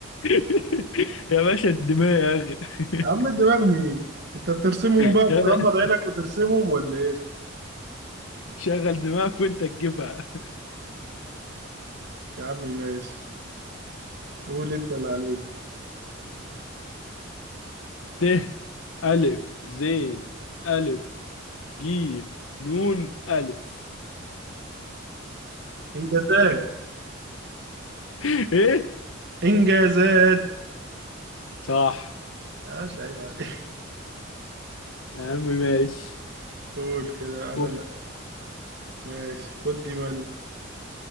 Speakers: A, on the left; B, on the right.
A: <laughs> يا باشا الدماغ يا- اخي
B: يا عم الدماغ مين انت بترسمهم
A: <laughs>
B: بقى بتغمض عينك وترسمهم ولا ايه
A: شغل دماغك وانت تجيبها
B: يا عم ماشي قول انت اللي عليك
A: ت ألف زين ألف جيم نون ألف
B: انجازات
A: <laughs> إيه
B: انجازات
A: صح
B: ماشي ايوه عليك
A: يا عم ماشي
B: قول كده
A: قول.
B: انا اللي ماشي خد دي مني